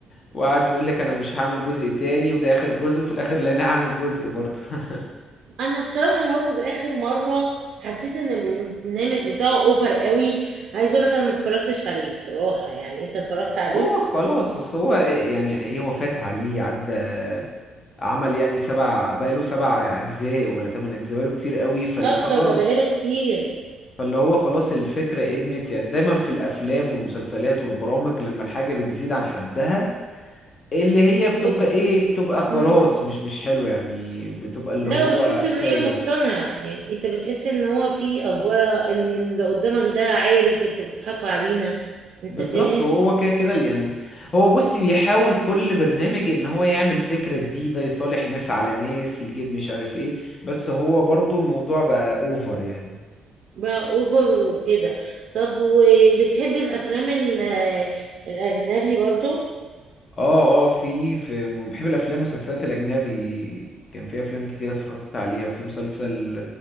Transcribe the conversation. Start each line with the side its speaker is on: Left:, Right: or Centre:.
Left: وقعد يقول لك انا مش هعمل جزء تاني وده اخر جزء وفي الاخر لا انا هعمل جزء برضه <laughs>
Right: انا بصراحه رامز اخر مره حسيت ان البرنامج بتاعه اوفر قوي عايز اقول لك انا ما اتفرجتش عليه بصراحه يعني انت اتفرجت عليه
Left: هو خلاص اصل هو يعني ايه هو فات عليه عدى عمل يعني سبع بقاله سبع اجزاء ولا تمن اجزاء بقاله كتير قوي فخلاص
Right: اكتر ده بقاله كتير
Left: فاللي هو خلاص الفكرة ادمت يعني دايما في الافلام والمسلسلات والبرامج لما الحاجة بتزيد عن حدها اللي هي بتبقى
Right: أوب...
Left: ايه بتبقى خلاص
Right: مم.
Left: مش مش حلوة يعني بتبقى اللي
Right: لا
Left: هو
Right: وبتحس ان
Left: كفاية
Right: هي مصطنع يعني انت بتحس ان هو في افوره ان اللي قدامك ده عارف انتوا بتضحكوا علينا انت
Left: بالظبط
Right: فاهم
Left: وهو كده كده اللي يعني هو بص بيحاول كل برنامج ان هو يعمل فكرة جديدة يصالح ناس على ناس يجيب مش عارف ايه بس هو برضو الموضوع بقى اوفر يعني
Right: بقى اوفر وكده طب وبتحب الافلام ال- الاجنبي برضو
Left: اه اه في في م- بحب الافلام والمسلسلات الاجنبي كان في افلام كتير اتفرجت عليها في مسلسل